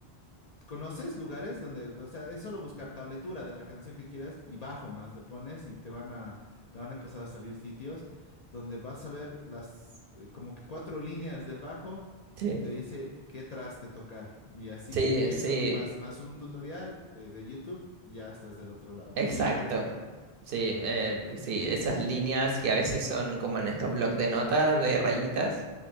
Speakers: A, on the left; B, on the right.
A: ¿Conoces lugares donde, o sea, es solo buscar tabletura de la canción que quieras y bajo más le pones y te van a, te van a empezar a salir sitios donde vas a ver las, eh, como que cuatro líneas del bajo
B: Sí,
A: y te dice qué traste tocar. Y así
B: sí,
A: eso,
B: sí,
A: más, más un tutorial de, de YouTube, ya estás del otro lado.
B: exacto.
A: Y la práctica, ¿no?
B: Sí, eh, pues sí, esas líneas que a veces son como en estos blocs de notas, de rayitas,